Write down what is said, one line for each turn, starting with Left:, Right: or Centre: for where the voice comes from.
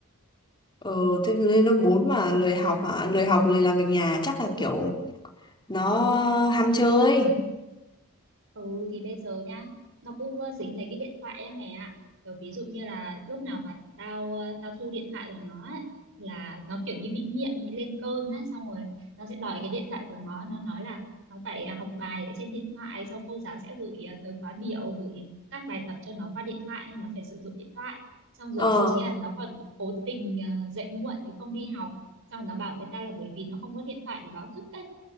Left: Ờ, thế lên lớp 4 mà lười học hả? Lười học, lười làm việc nhà chắc là kiểu nó ham chơi.
Right: Ừ thì bây giờ nhá nó cứ ờ, dính lấy cái điện thoại ấy mày ạ Rồi ví dụ như là lúc nào mà tao ờ, tao thu điện thoại của nó ấy, là nó kiểu như bị nghiện bị lên cơn á xong rồi nó sẽ đòi cái điện thoại của nó nó nói là nó phải ờ, học bài ở trên điện thoại sau cô giáo sẽ gửi ờ, thời khóa biểu gửi các bài tập cho nó qua điện thoại nó phải sử dụng điện thoại xong rồi
Left: Ờ,
Right: thậm chí là nó còn cố tình ờ, dậy muộn để không đi học xong rồi nó bảo với ta là bởi vì nó không có điện thoại để báo thức ấy